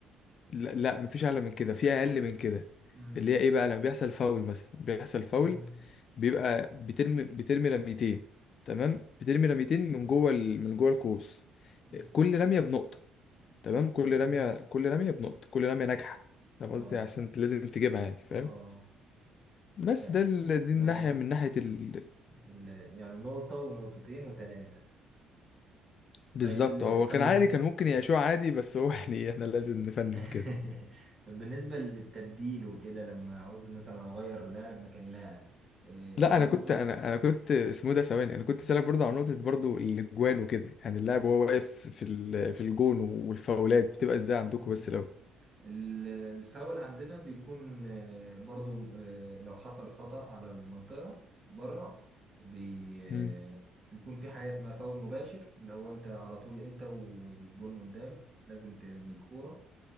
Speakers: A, on the left; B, on the right.
A: لا, لا مفيش اعلى من كده في اقل
B: اه
A: من كده
B: مم.
A: اللي هي ايه بقى لما بيحصل فاول مثلا بيحصل فاول
B: مم.
A: بيبقى بترمي بترمي رميتين تمام
B: مم.
A: بترمي رميتين من جوه ال... من جوه القوس
B: مم.
A: كل رميه بنقطه تمام كل
B: مم.
A: رميه كل رميه بنقطه كل رميه ناجحه فاهم قصدي
B: اه
A: عشان لازم تجيبها يعني فاهم
B: اه
A: بس
B: يعني
A: ده ال... دي
B: يعني
A: الناحيه من ناحيه ال...
B: ال... يعني نقطة ونقطتين وثلاثة
A: بالظبط
B: طيب ال...
A: هو
B: طيب
A: كان عادي كان ممكن يعيشوه عادي بس هو <laughs> يعني احنا لازم نفنن
B: <laughs>
A: كده
B: بالنسبة للتبديل وكده لما عاوز مثلا أغير لاعب مكان لاعب إيه
A: لا
B: عندكم
A: انا كنت انا انا كنت اسمه ده ثواني انا كنت سالك برضه على نقطه برضه الاجوان وكده يعني اللاعب
B: مم.
A: وهو واقف في ال- في الجون والفاولات بتبقى ازاي عندكم
B: مم.
A: بس لو
B: ال- الفاول عندنا بيكون آه، برضو آه، لو حصل خطأ على المنطقة بره بي
A: امم
B: آه، بيكون في حاجة اسمها فاول مباشر اللي هو انت على طول انت والجون قدامك لازم ترمي الكورة